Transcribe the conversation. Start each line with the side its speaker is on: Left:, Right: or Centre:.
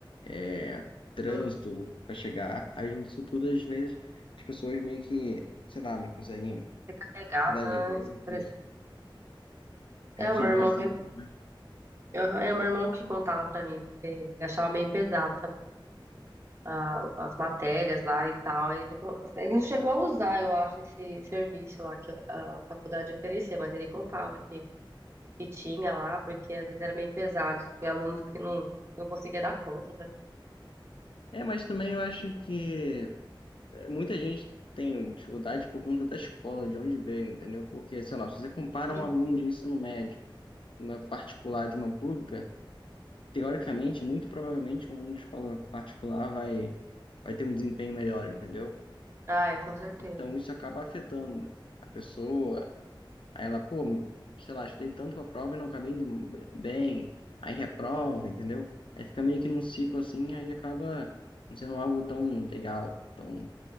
Left: é trânsito
Right: hum.
Left: para chegar. Aí junta isso tudo, às vezes as pessoas meio que, sei lá, não conseguem
Right: Sobrecarregada,
Left: estudar direito,
Right: estressada.
Left: isso.
Right: É,
Left: Aí precisa
Right: o meu
Left: de
Right: irmão,
Left: uma ajuda. Mas...
Right: Aham, é o meu irmão que contava pra mim, que ele achava meio pesado também, a- as matérias lá e tal. Ele, me con- ele não chegou a usar, eu acho, esse serviço lá que a faculdade oferecia, mas ele contava que, que tinha lá, porque às vezes era meio pesado, tinha alunos que não, não conseguia dar conta, né?
Left: É, mas também eu acho que é, muita gente tem dificuldade por conta da escola, de onde veio, entendeu? Porque, sei lá, se você compara
Right: Hum.
Left: um aluno de ensino médio uma particular de uma pública, teoricamente, muito provavelmente, um aluno de escola particular vai, vai ter um desempenho melhor, entendeu?
Right: Ah, é, com certeza.
Left: Então, isso acaba afetando a pessoa. Aí ela, pô, sei lá, estudei tanto pra prova e não acabei indo bem. Aí reprova, entendeu? Aí fica meio que num ciclo assim, aí acaba não sendo algo tão legal, tão,